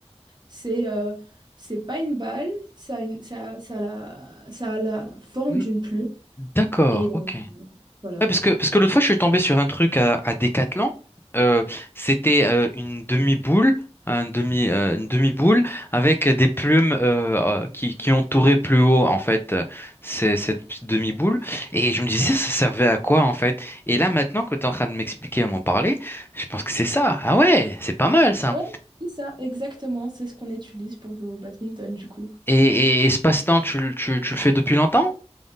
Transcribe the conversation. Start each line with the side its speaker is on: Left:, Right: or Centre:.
Right: C'est euh, c'est pas une balle, ça a, une- ça, a- ça a la, ça a la forme
Left: Mm,
Right: d'une plume.
Left: D'accord,
Right: Et euh,
Left: ok. Ouais,
Right: voilà.
Left: parce que, parce que l'autre fois, je suis tombé sur un truc à, à Decathlon. Euh, c'était euh, une demi-boule, un demi, euh, une demi-boule avec des plumes euh, euh, qui, qui entouraient plus haut, en fait, euh, ces- cette petite demi-boule. Et je me disais, ça servait à quoi, en fait? Et là, maintenant que tu es en train de m'expliquer et m'en parler, je pense que c'est ça. Ah ouais, c'est pas mal, ça.
Right: Ouais, c'est ça, exactement. C'est ce qu'on utilise pour jouer au badminton, du coup.
Left: Et, et, et ce passe-temps, tu, le- tu, tu le fais depuis longtemps?